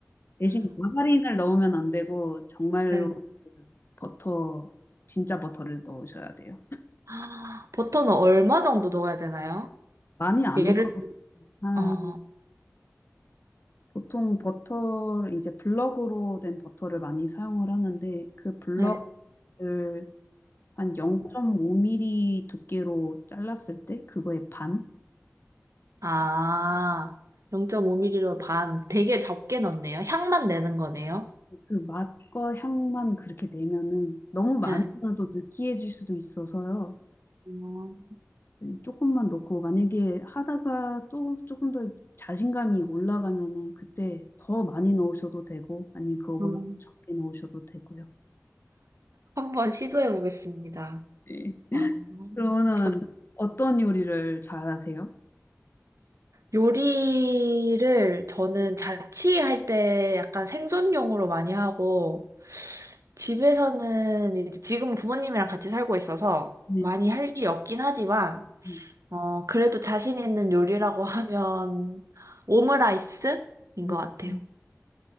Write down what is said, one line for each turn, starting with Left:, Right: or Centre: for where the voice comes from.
Left: 대신 마가린을 넣으면 안 되고 정말로
Right: 네.
Left: 그 버터 진짜 버터를 넣으셔야 돼요.
Right: 아, 버터는 얼마 정도 넣어야 되나요?
Left: 많이 안
Right: 얘를,
Left: 넣어.
Right: 어,
Left: 보통 버터를 이제 블럭으로 된 버터를 많이 사용을 하는데 그 블럭을
Right: 네.
Left: 한 0.5mm 두께로 잘랐을 때 그거의 반?
Right: 아, 0 5 m 리로 반. 되게 적게 넣네요. 향만 내는 거네요.
Left: 그 맛과 향만 그렇게 내면은 너무 많으면
Right: 네.
Left: 또 느끼해질 수도 있어서요.
Right: 음,
Left: 조금만 넣고 만약에 하다가 또 조금 더 자신감이 올라가면은 그때 더 많이 넣으셔도 되고 아니면 그거보다
Right: 음.
Left: 적게 넣으셔도 되고요.
Right: 한번 시도해 보겠습니다.
Left: 네.
Right: 아,
Left: 그러면은
Right: 저-
Left: 어떤 요리를 잘하세요?
Right: 요리를 저는 자취할 때 약간 생존용으로 많이 하고, 집에서는 이제 지금 부모님이랑 같이 살고 있어서
Left: 네.
Right: 많이 할 일이 없긴 하지만,
Left: 음,
Right: 어, 그래도 자신 있는 요리라고 하면 오므라이스인
Left: 음,
Right: 것 같아요.
Left: 음,